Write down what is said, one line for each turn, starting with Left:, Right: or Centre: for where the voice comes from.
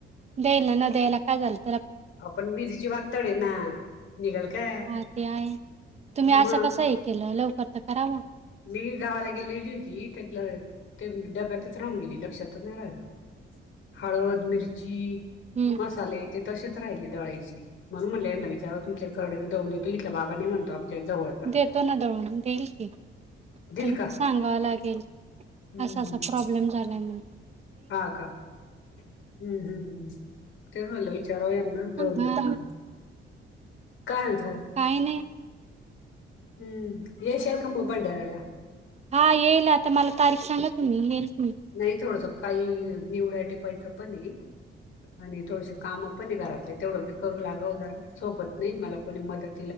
Right: देला नो देयला कागल <inaudible>
Left: आपण मिरीची वाततडे आहे ना निघाल का,
Right: हा ते आहे तुम्ही असं
Left: मग
Right: कस हे केलं लवकर तर करावं
Left: मी गावाला गेलीलेली होती त्यातलं ते डब्यातच राहून गेली लक्षातच नाही राहिलं. हळद, मिरची,
Right: हम्म
Left: मसाले. ते तसेच राहिले दळायची म्हणून म्हणले यांना विचारा तुमच्या कडे दळून देतो इथल्या बाबा नाही म्हणतो. जवळचा.
Right: देतो ना दळून देईल की,
Left: दिल
Right: ला
Left: का
Right: सांगाव लागेल
Left: हम्म
Right: असा असा प्रॉब्लेम झालाय म्हण,
Left: हा का हम्म हम्म हम्म ते च म्हटलं विचारावं यांना दळून देता
Right: हा
Left: काय.
Right: काही नाही
Left: हम्म येशल काय भंडाराला
Right: हा येईल आता मला तारीख सांगा तुम्ही येईल? मी
Left: नाही थोडस काही निवडा ठिपायच पण आणि थोडसे काम पण घरातले तेवढं बी करू लागाव जरा सोबत नाही मला कोणी मदत